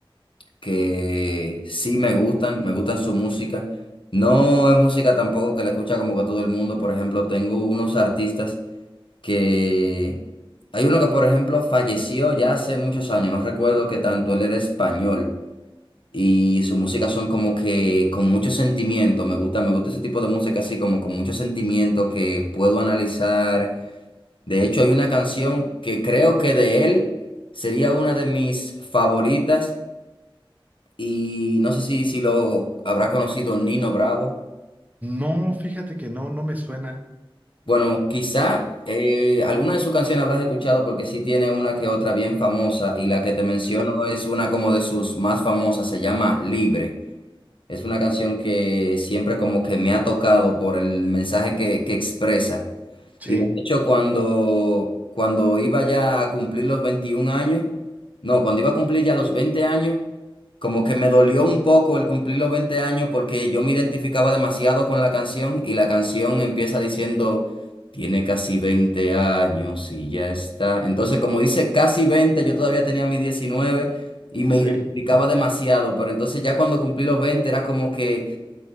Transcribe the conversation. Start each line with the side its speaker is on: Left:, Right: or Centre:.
Left: que sí me gustan, me gustan su música. No es música tampoco que la escucha como que todo el mundo. Por ejemplo, tengo unos artistas. que hay uno que, por ejemplo, falleció ya hace muchos años, no recuerdo qué tanto, él era español y su música son como que con mucho sentimiento, me gusta, me gusta ese tipo de música así como con mucho sentimiento que puedo analizar. De hecho, hay una canción que creo que de él sería una de mis favoritas y no sé si, si lo habrá conocido Nino Bravo.
Right: No, fíjate que no, no me suena.
Left: Bueno, quizá eh, alguna de sus canciones habrás escuchado porque sí tiene una que otra bien famosa y la que te menciono
Right: Sí,
Left: es una como de sus más famosas, se llama Libre. Es una canción que siempre como que me ha tocado por el mensaje que, que expresa.
Right: sí,
Left: Y de hecho cuando, cuando iba ya a cumplir los 21 años, no, cuando iba a cumplir ya los 20 años, como que me dolió un poco el cumplir los 20 años porque yo me identificaba demasiado con la canción y la canción empieza diciendo, tiene casi 20 años y ya está. Entonces, como dice casi veinte yo todavía tenía mis 19 y me
Right: sí.
Left: identificaba demasiado, pero entonces ya cuando cumplí los 20 era como que